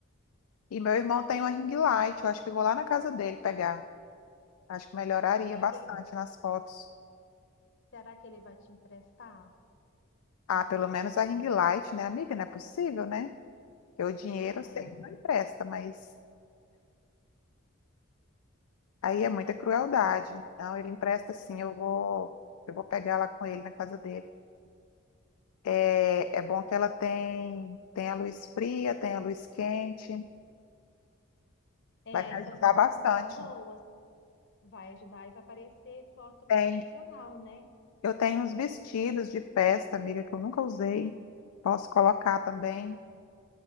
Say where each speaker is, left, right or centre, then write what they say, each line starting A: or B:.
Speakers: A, on the left; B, on the left.
A: E meu irmão tem uma ring light, eu acho que eu vou lá na casa dele pegar. Acho que melhoraria
B: Mas será
A: bastante
B: que ele,
A: nas fotos.
B: será que ele vai te emprestar?
A: Ah, pelo menos a ring light, né, amiga? Não é possível, né? Porque o dinheiro
B: É.
A: eu sei que não empresta, mas aí é muita crueldade. Então, ele empresta sim, eu vou, eu vou pegar lá com ele na casa dele. É, é bom que ela tem, tem a luz fria, tem a luz quente.
B: É,
A: Vai me
B: aí
A: ajudar
B: suas fotos
A: bastante.
B: vão ficar boas. Vai ajudar e vai aparecer foto
A: Tem,
B: profissional, né?
A: eu tenho uns vestidos de festa, amiga, que eu nunca usei. Posso colocar também.